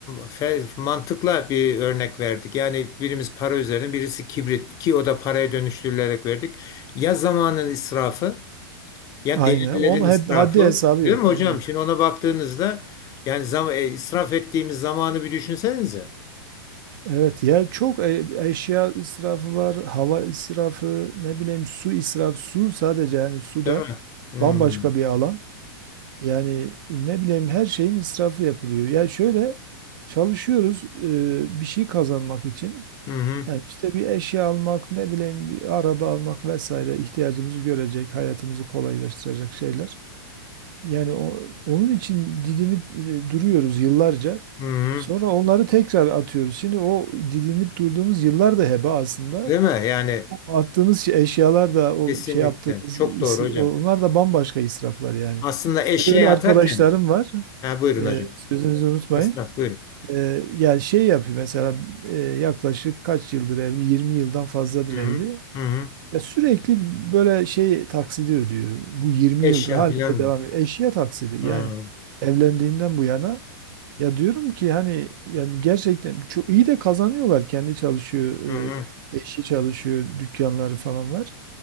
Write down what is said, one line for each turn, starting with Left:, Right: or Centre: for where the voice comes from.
Left: fe- mantıkla bir örnek verdik. Yani birimiz para üzerine, birisi kibrit ki o da paraya dönüştürülerek verdik. Ya zamanın israfı ya
Right: Aynen.
Left: değerlerin
Right: Onun
Left: israfı.
Right: had- haddi hesabı yok.
Left: Değil mi hocam?
Right: Aynen.
Left: Şimdi ona baktığınızda yani zam e, israf ettiğimiz zamanı bir düşünsenize.
Right: Evet ya çok e- eşya israfı var, hava israfı, ne bileyim su israfı, su sadece yani su
Left: Değil
Right: da
Left: mi? Hmm.
Right: bambaşka bir alan. Yani e, ne bileyim her şeyin israfı yapılıyor. Yani şöyle çalışıyoruz e, bir şey kazanmak için.
Left: Hı hı.
Right: Yani işte bir eşya almak, ne bileyim bir araba almak vesaire ihtiyacımızı görecek, hayatımızı kolaylaştıracak şeyler. Yani o, onun için didinip e, duruyoruz yıllarca.
Left: Hı hı.
Right: Sonra onları tekrar atıyoruz. Şimdi o didinip durduğumuz yıllar da heba aslında.
Left: Değil mi? Yani
Right: O attığımız şey- eşyalar da o
Left: kesinlikle.
Right: şey yaptığımız
Left: Çok
Right: is-
Left: doğru hocam.
Right: onlar da bambaşka israflar yani.
Left: Aslında eşeğe
Right: Öyle arkadaşlarım
Left: atarken
Right: var.
Left: ha, buyurun
Right: Ee,
Left: hocam.
Right: sözünüzü unutmayın.
Left: Esnaf buyurun.
Right: Ee, yani şey yapıyor mesela e, yaklaşık kaç yıldır evli? 20 yıldan fazladır
Left: Hı
Right: evli.
Left: hı. Hı hı.
Right: Ya sürekli böyle şey taksidi ödüyor. Bu 20
Left: Eşya
Right: yıldır halinde
Left: filan mı?
Right: devam ediyor. Eşya taksidi
Left: Ha,
Right: yani evlendiğinden bu yana. Ya diyorum ki hani yani gerçekten çok iyi de kazanıyorlar. Kendi çalışıyor,
Left: Hı hı.
Right: e, eşi çalışıyor, dükkanları falan var.